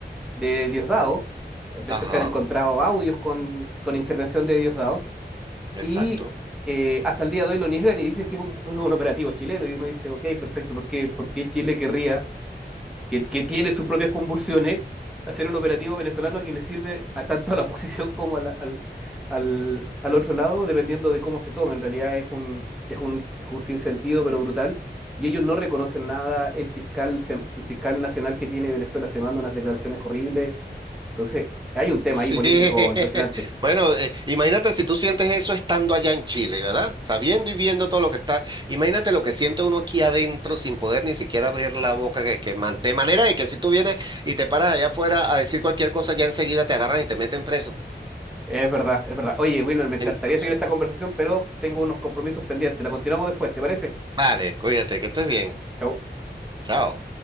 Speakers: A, in the centre; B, on the right.
A: de Diosdado. De
B: Ajá,
A: hecho, se han encontrado audios con, con intervención de Diosdado.
B: exacto.
A: Y eh, hasta el día de hoy lo niegan y dicen que es un, es un operativo chileno. Y uno dice, ok, perfecto, ¿por qué, por qué Chile querría que, que tiene sus propias convulsiones, hacer un operativo venezolano que le sirve a tanto a la <laughs> oposición como a la- al, al, al otro lado, dependiendo de cómo se tome. En realidad es un, es un, es un sinsentido, pero brutal. Y ellos no reconocen nada. El fiscal, se- el fiscal nacional que tiene Venezuela se manda unas declaraciones horribles. Entonces, hay un tema
B: Sí,
A: ahí político
B: <laughs>
A: impresionante.
B: bueno, eh, imagínate si tú sientes eso estando allá en Chile, ¿verdad? Sabiendo y viendo todo lo que está, imagínate lo que siente uno aquí adentro sin poder ni siquiera abrir la boca, que, que man- de manera de que si tú vienes y te paras allá afuera a decir cualquier cosa, ya enseguida te agarran y te meten preso.
A: Es verdad, es verdad. Oye, Wilmer, me encantaría
B: Entonces,
A: seguir esta conversación, pero tengo unos compromisos pendientes. La continuamos después, ¿te parece?
B: vale, cuídate, que estés bien.
A: Chau.
B: Chao.